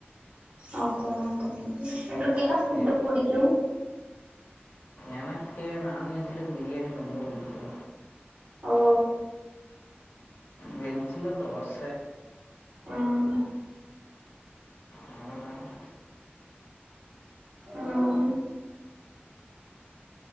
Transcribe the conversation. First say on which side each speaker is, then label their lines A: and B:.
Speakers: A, on the right (about 30°); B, on the left (about 75°).
A: ஓகேங்க ஓகேங்க உங்குளுக்கு என்ன ஃபுட்டு
B: சரி
A: புடிக்கு
B: எனக்கு நான்வெஜ்ஜில பிரியாணி ரொம்போ புடிக்கு
A: ஓ
B: வெஜ்ஜில தோச
A: ம்
B: அவ்வளோதாங்க
A: ம்